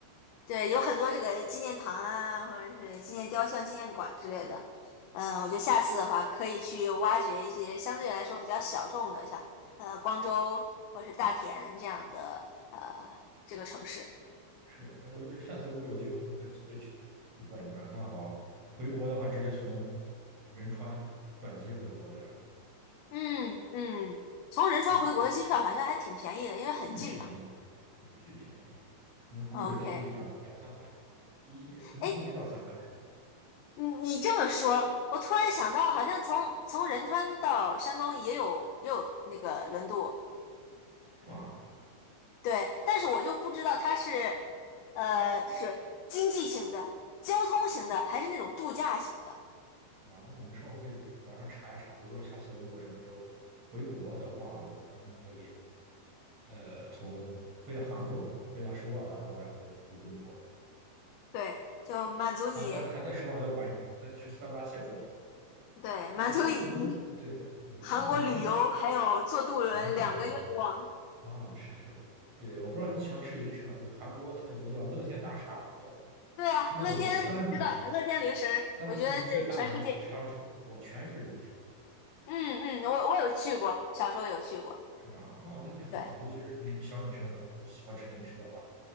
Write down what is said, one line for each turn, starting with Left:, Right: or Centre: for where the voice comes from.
Left: 对，有很多这个纪念堂啊，或者是纪念雕像、纪念馆之类的。嗯，我觉得下次的话可以去挖掘一些相对来说比较小众的，像呃光州或是大田这样的呃这个城市。
Right: 是的。要不就是下次如果有机会，我们可以组队去去转一转，刚好回国的话，直接从仁川转机回国，对吧？
Left: 嗯嗯，从仁川回国的机票好像还挺便宜的，
Right: 嗯，对，
Left: 因为很近嘛。
Right: 巨便宜，对，巨便宜，可能贵的时候就是一两两三百，
Left: OK，
Right: 一可能都没到三百，
Left: 哎，你你这么说，我突然想到，好像从从仁川到山东也有也有那个轮渡，
Right: 是吧？
Left: 对，但是我就不知道它是，呃，就是经济型的、交通型的，还是那种度假型的。
Right: 哇，那我们稍后可以网上查一查，比如说下次如果什么时候回国的话，我们完全可以，呃，从飞到韩国嘛，飞到首尔啊，然后再回回中国。
Left: 对，就满足你，
Right: 他在还在首尔在玩羽毛，再去三八线转一转。
Left: 对，
Right: 我上次怎么能对对，
Left: 满足你
Right: 我上次怎么能
Left: 韩国旅游还有坐渡轮两个愿望。
Right: 遗憾的啊？是是的，对，我不知道你喜欢吃零食吗？就是韩国它有一个叫乐天大厦，还是叫什么？
Left: 对啊，
Right: 它那个有三层啊，
Left: 乐天知道呀，乐天零食儿我觉得是全世界有名。
Right: 三层巨大的那个商场，哇，全是零食，
Left: 嗯嗯，我我有去过，小时候有去过。
Right: 是吧？哦，那那很棒，
Left: 对，
Right: 尤其是你小女生对吧？就喜欢吃零食的话，